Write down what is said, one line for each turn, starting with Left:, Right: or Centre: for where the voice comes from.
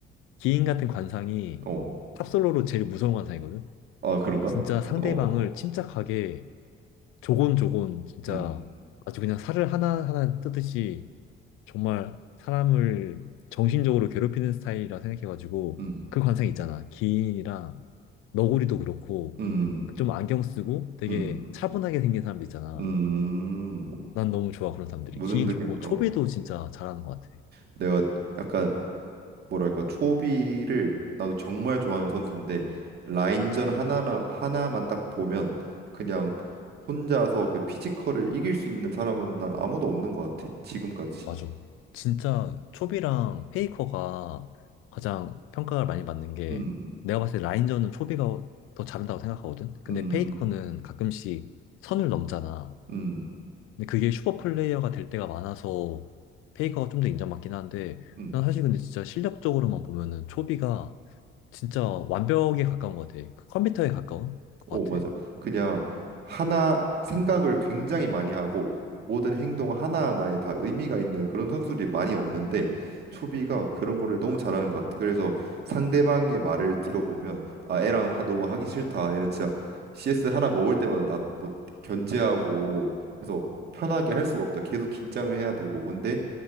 Left: 기인 같은 관상이
Right: 음. 어.
Left: 탑솔로로 제일 무서운 관상이거든?
Right: 아, 그런가?
Left: 진짜 상대방을
Right: 어.
Left: 침착하게 조곤조곤 진짜
Right: 음.
Left: 아주 그냥 살을 하나하나 뜯듯이 정말 사람을 정신적으로 괴롭히는 스타일이라 생각해가지고
Right: 음.
Left: 그 관상 있잖아. 기인이랑 너구리도 그렇고
Right: 음.
Left: 좀 안경 쓰고 되게
Right: 음.
Left: 차분하게 생긴 사람들 있잖아.
Right: 음.
Left: 난 너무 좋아 그런 사람들이.
Right: 무슨
Left: 기인
Right: 느낌?
Left: 좋고 초비도
Right: 어.
Left: 진짜 잘하는 것 같아.
Right: 내가 약간 뭐랄까 초비를 나도 정말 좋아하는 선수인데 라인전 하나나 하나만 딱 보면 그냥 혼자서 그 피지컬을 이길 수 있는 사람은 난 아무도 없는 것 같아 지금까지.
Left: 맞아. 진짜 초비랑 페이커가 가장 평가를 많이 받는 게
Right: 음,
Left: 내가 봤을 때 라인전은 초비가 더 잘한다고 생각하거든. 근데
Right: 음,
Left: 페이커는 가끔씩 선을 넘잖아.
Right: 음, 음.
Left: 근데 그게 슈퍼 플레이어가 될 때가 많아서 페이커가 좀 더 인정받긴 한데
Right: 음.
Left: 난 사실 근데 진짜 실력적으로만 보면은 초비가 진짜 완벽에 가까운 것 같아. 그 컴퓨터에 가까운 것
Right: 오,
Left: 같아.
Right: 맞아. 그냥 하나 생각을 굉장히 많이 하고 모든 행동 하나하나에 다 의미가 있는 그런 선수들이 많이 없는데 초비가 그런 거를 너무 잘하는 것 같아. 그래서 상대방의 말을 들어보면 아, 애랑 하- 너무 하기 싫다. 얘는 진짜 CS 하나 먹을 때마다 나 뭐 견제하고 그래서 편하게 할 수가 없다. 계속 긴장을 해야 되고. 근데